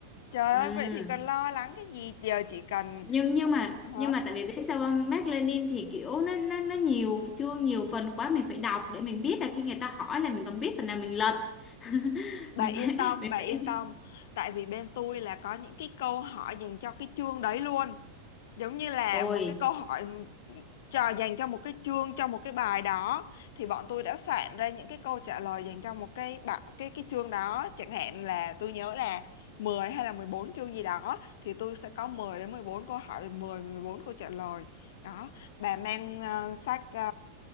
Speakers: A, on the left; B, on the left.
A: Trời
B: ừ.
A: ơi, vậy thì cần lo lắng cái gì? Giờ chỉ cần
B: nhưng nhưng mà
A: hả?
B: nhưng mà tại vì biết sao không Mác Lênin thì kiểu nó nó nó nhiều chương nhiều phần quá mình phải đọc để mình biết là khi người ta hỏi là mình còn biết phần nào mình lật <laughs>
A: Bà
B: mình
A: yên
B: phải
A: tâm,
B: mình
A: bà yên
B: phải
A: tâm. Tại vì bên tôi là có những cái câu hỏi dành cho cái chương đấy luôn. Giống như là
B: ôi
A: một cái câu hỏi cho dành cho một cái chương cho một cái bài đó thì bọn tôi đã soạn ra những cái câu trả lời dành cho một cái bạ- cái cái chương đó. Chẳng hạn là tôi nhớ là 10 hay là 14 chương gì đó thì tôi sẽ có 10 đến 14 câu hỏi, mười mười bốn câu trả lời. Đó, bà mang ờ, sách ờ,